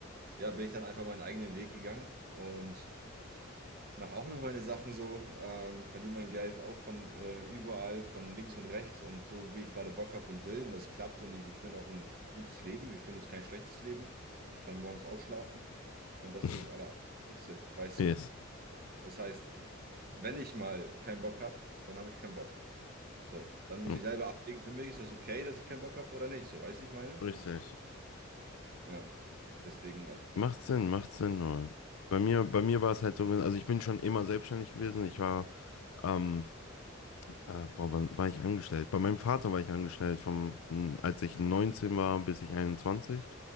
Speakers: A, on the right; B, on the left.
A: ja, bin ich dann einfach meinen eigenen Weg gegangen und mache auch noch meine Sachen so, ähm, verdiene mein Geld auch von äh, überall, von links und rechts und so, wie ich gerade Bock habe und will. Und das klappt und wir führen auch ein gutes Leben. Wir führen jetzt kein schlechtes Leben. Ich kann morgens ausschlafen und das
B: <laughs>
A: ist das Allerwichtigste, weißt
B: Yes.
A: du? Das heißt, wenn ich mal keinen Bock habe, dann habe ich keinen Bock. So, dann muss
B: Mhm.
A: ich selber abwägen, für mich ist das okay, dass ich keinen Bock habe oder nicht. So, weißt du, ich meine?
B: Richtig.
A: Ja, deswegen, also.
B: Macht Sinn, macht Sinn. nur. Bei mir, bei mir war es halt so gewesen, also ich bin schon immer selbstständig gewesen. Ich war ähm, Äh, boah, wann war ich angestellt? Bei meinem Vater war ich angestellt, vom, m, als ich 19 war, bis ich 21